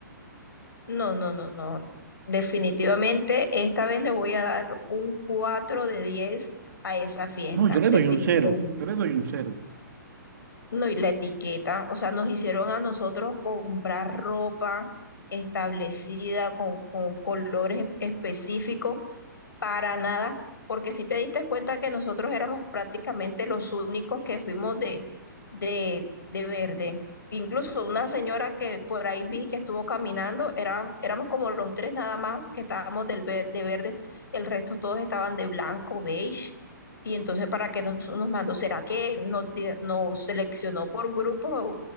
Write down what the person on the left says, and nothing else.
No, no, no, no, no. Definitivamente, esta vez le voy a dar un 4 de 10 a esa fiesta,
definitivamente.
No, y la etiqueta, o sea, nos hicieron a nosotros comprar ropa establecida con, con colores específicos Para nada, porque si te diste cuenta que nosotros éramos prácticamente los únicos que fuimos de, de, de verde. Incluso una señora que por ahí vi que estuvo caminando, era, éramos como los tres nada más que estábamos del ver- de verde, el resto todos estaban de blanco, beige. Y entonces, ¿para qué nos, nos mandó? ¿Será que nos, di- nos seleccionó por grupos